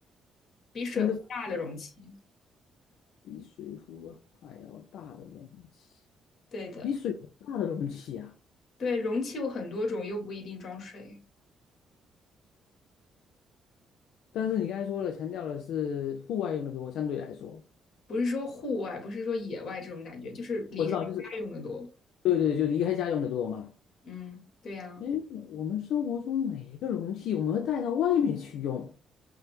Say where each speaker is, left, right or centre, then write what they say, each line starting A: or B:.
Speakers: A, on the left (about 60°); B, on the left (about 80°).
A: 比水壶大的容器。
B: 该是比水壶还要大的容器，
A: 对的，
B: 比水壶大的容器啊。
A: 对，容器有很多种，又不一定装水。
B: 但是你刚才说了，强调的是户外用的多，相对来说，
A: 不是说户外，不是说野外这种感觉，就是离开家用的多。
B: 我知道，就是对对，就离开家用的多嘛。
A: 嗯，对呀，
B: 哎，我们生活中哪一个容器我们会带到外面去用？